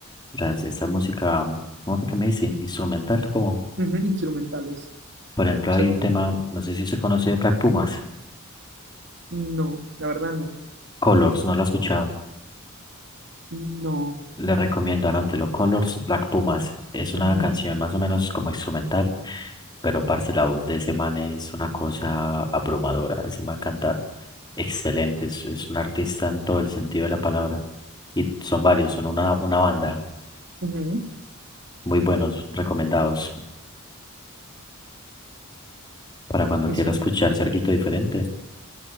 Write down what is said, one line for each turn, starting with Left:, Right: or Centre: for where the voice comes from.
Left: las, esta música, ¿cómo fue que me dice? Instrumental, como,
Right: Ujú, Instrumentales.
Left: por ejemplo,
Right: Solo
Left: hay un tema, no sé si se conoce de Black Pumas,
Right: no, la verdad no.
Left: Colors, no lo he escuchado.
Right: No.
Left: Le recomiendo Anotelo Colors, Black Pumas. Es una
Right: Ujú,
Left: canción más o menos como instrumental, pero parce, la voz de ese man es una cosa abrumadora. Ese man canta excelente, es, es un artista en todo el sentido de la palabra. Y son varios, son una, una banda
Right: ujú.
Left: muy buenos, recomendados para cuando
Right: Eso
Left: quiera
Right: es
Left: escucharse algo diferente.